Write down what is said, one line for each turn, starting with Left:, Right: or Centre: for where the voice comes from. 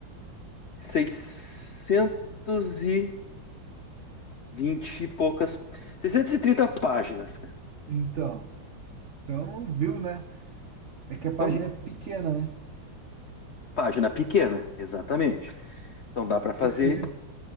Left: seiscentos e vinte e poucas. seiscentas e trinta páginas, cara.
Right: Então, então, viu, né? É que a página
Left: Então,
Right: é pequena, né?
Left: página pequena, exatamente. Então dá para fazer.
Right: Esse,